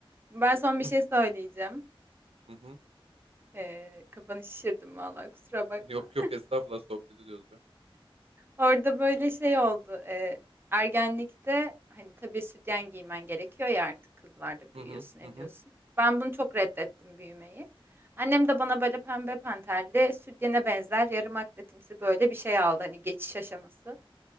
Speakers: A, on the right (about 25°); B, on the right (about 85°).
A: Ben son bir
B: <laughs>
A: şey söyleyeceğim.
B: Hı hı.
A: Ee, kafanı şişirdim vallahi kusura bakma.
B: Yok
A: <laughs>
B: yok estağfurullah sohbet ediyoruz be.
A: Orada böyle şey oldu. Ee, ergenlikte hani tabii sütyen giymen gerekiyor ya artık kızlarda büyüyorsun
B: Hı hı
A: ediyorsun.
B: hı hı.
A: Ben bunu çok reddettim büyümeyi. Annem de bana böyle pembe panterli sütyene benzer yarım akletimsi böyle bir şey aldı hani geçiş aşaması.